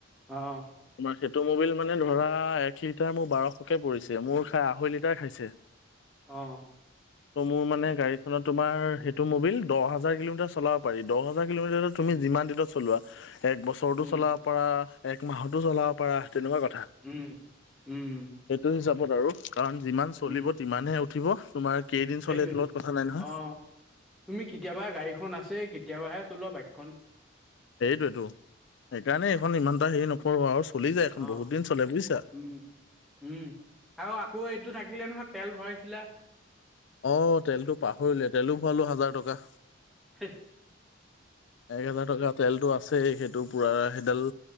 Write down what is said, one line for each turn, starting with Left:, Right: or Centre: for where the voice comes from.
Centre: অঁহ
Left: তোমাৰ সেইটো মুবিল মানে ধৰা এক লিটাৰ মোৰ বাৰশকে পৰিছে মোৰ খাই আঢ়ৈ লিটাৰ খাইছে। <inaudible>
Centre: অঁহ।
Left: ত' মোৰ মানে গাড়ীখনত তোমাৰ সেইটো মবিল দহ হাজাৰ কিলোমিটাৰ চলাব পাৰি, দহ হাজাৰ কিলোমিটাৰ তুমি
Centre: উম
Left: যিমান দিনত চলোৱা এক বছৰতো
Centre: উম
Left: চলা ব পৰা এক মাহতো চলাব পাৰ তেনেকুৱা কথা।
Centre: উম উম।
Left: সেইটো হিচাপত আৰু, কাৰণ যিমান চলিব
Centre: উম
Left: সিমানহে উঠিব তোমাৰ কেইদিন
Centre: সেইটোৱেতো
Left: চলে হেতো লগত কথা নাই নহয়।
Centre: অঁ তুমি কেতিয়াবা গাড়ীখন আছে কেতিয়াবাহে চলোৱা বাইকখন।
Left: সেইটোৱেটো, সেইকাৰণে এইখন ইমানটা হেৰি নকৰো আৰু। চলি যায় এখন
Centre: অ
Left: বহুত দিন চলে বুজিছা
Centre: উম। উম আৰু আকৌ' এইটো থাকিলে নহয় তেল ভৰাইছিলা।
Left: অ' তেলতো পাহৰিলে তেলো ভৰালো হাজাৰ টকা।
Centre: হে
Left: এক হাজাৰ টকা তেলটো আছেই সেইটো পুৰা সেইডাল